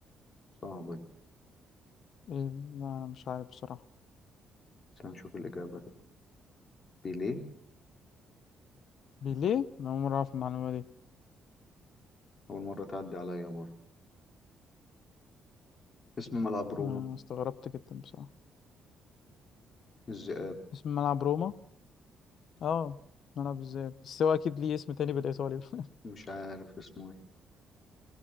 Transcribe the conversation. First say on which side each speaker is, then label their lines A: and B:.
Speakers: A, on the left; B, on the left.
A: صعبة دي
B: إيه؟ لا أنا مش عارف بصراحة
A: بس هنشوف الإجابة كده بيليه
B: ليه؟ أنا أول مرة أعرف المعلومة دي
A: أول مرة تعدي عليا برضه اسم ملعب روما
B: أنا استغربت جدا بصراحة
A: الذئاب
B: اسم ملعب روما اه ملعب ازاي بس هو أكيد ليه اسم تاني بالإيطالي <laughs>
A: مش عارف اسمه إيه